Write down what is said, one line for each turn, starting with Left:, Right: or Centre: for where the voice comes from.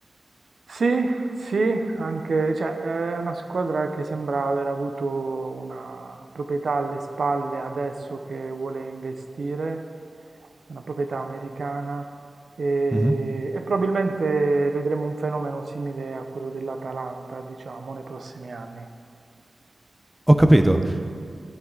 Right: Sì, sì, anche, cioè, è una squadra che sembra aver avuto una proprietà alle spalle adesso che vuole investire, una proprietà americana, e,
Centre: <laughs> Mh-mh.
Right: e probabilmente vedremo un fenomeno simile a quello dell'Atalanta, diciamo, nei prossimi anni.
Centre: Ho capito.